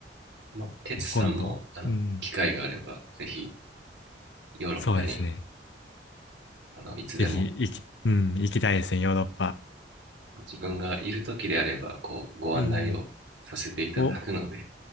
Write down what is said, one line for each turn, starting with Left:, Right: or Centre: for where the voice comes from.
Right: まあ、哲さんも、
Left: もう今度、
Right: あの、
Left: うん、
Right: 機会があれば、ぜひ、ヨーロッパに、
Left: そうですね。
Right: あの、いつでも、
Left: ぜひ、行き、うん、行きたいですね、ヨーロッパ。
Right: ま自分がいる時であれば、こう、ご案内をさせていただくので、
Left: うん、お、